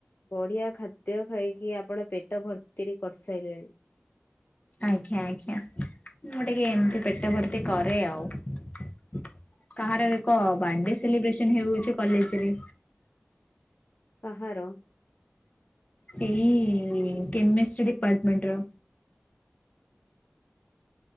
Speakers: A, on the left; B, on the left.
A: ବଢିଆ ଖାଦ୍ୟ ଖାଇକି ଆପଣ ପେଟ ଭର୍ତ୍ତିରି କରିସାଇଲେଣି।
B: ଆଜ୍ଞା, ଆଜ୍ଞା ମୁଁ ଟିକେ ଏମିତି ପେଟ ଭର୍ତ୍ତି କରେ, ଆଉ। କାହାର ଏକ ବାର୍ଥଡେ ସେଲିବ୍ରେସନ ହେଉଅଛି କଲେଜରେ।
A: କାହାର?
B: ସେଇ କେମେଷ୍ଟ୍ରି ଡିପାର୍ଟମେଣ୍ଟ ର।